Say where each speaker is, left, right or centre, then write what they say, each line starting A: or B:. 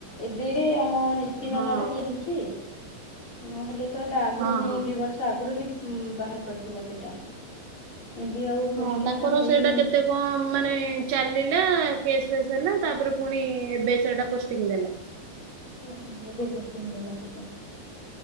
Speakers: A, on the left; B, on the right.
A: ଏବେ ଆମ ନି <unintelligible>
B: ହଁ
A: ଟା ଦିଏ ହେଇଛି ନହେଲେ ତ ସେ ଆଗରୁ
B: ହଁ
A: ହିଁ
B: ହଁ
A: ଦିଇ ବ ର୍ଷ ଆଗରୁ ହିଁ ବାହାର କରିଥିଲା ସେଇଟା, ଏବେ ଆଉ ପୋଷ୍ଟିଙ୍ଗ
B: ହଁ ତାଙ୍କର
A: ତ ହେଇନି
B: ସେଇଟା କେତେ
A: କିଛି।
B: କଣ ମାନେ ଚାଲିଲା କେସ୍ ଫସ୍ ହେଲା ତାପରେ ପୁଣି ଏବେ ସେଟା ପୋଷ୍ଟିଙ୍ଗ ଦେଲା।
A: ହୁଁ-ହୁଁ ଏବେ ପୋଷ୍ଟିଙ୍ଗ ଦେଲା ସେଟା।